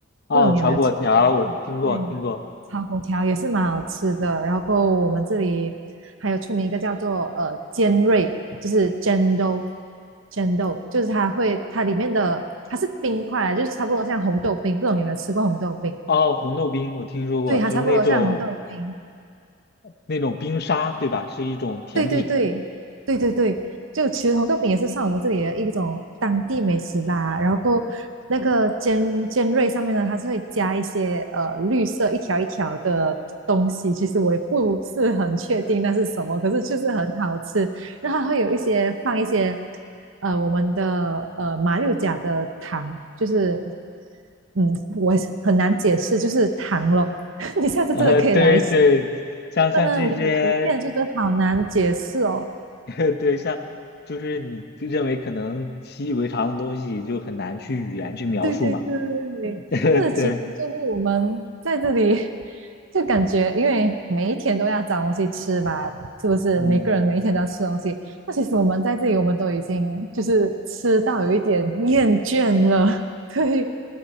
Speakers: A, on the left; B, on the right.
A: 哦，
B: 不懂你有没有听？
A: 炒粿条我听过听过，
B: 对，炒粿条也是蛮好吃的。然后我们这里还有出名一个叫做呃尖锐，就是尖豆，尖豆就是它会它里面的它是冰块啊，就是差不多像红豆冰。不懂你有没有吃过红豆冰？
A: 哦，红豆冰我听说过，
B: 对，它差不多像红豆冰。
A: 就是那种那种冰沙，对吧？是一种甜品。
B: 对对对对对对，就其实红豆饼也是算我们这里的一种当地美食吧。然后过那个尖尖锐上面呢，它是会加一些呃绿色一条一条的东西，其实我也不是很确定那是什么，可是就是很好吃。然后它会有一些放一些呃我们的呃马六甲的糖，就是嗯我也是很难解释，就是糖咯。<laughs> 你下次真的可以来试
A: 呃，对对，像像这些，
B: 真的没有图片，就真的好难解释哦。
A: <laughs> 对，像就是你认为可能习以为常的东西，就很难去语言去描述嘛。
B: 对对对，
A: <laughs>
B: 或者其实就是我们在这里
A: 对，
B: <laughs> 就感觉，因为每一天都要找东西吃吧，是不是？
A: 嗯，
B: 每个人每一天都要吃东西。那其实我们在这里，我们都已经就是吃到有一点厌倦了。<laughs> 对，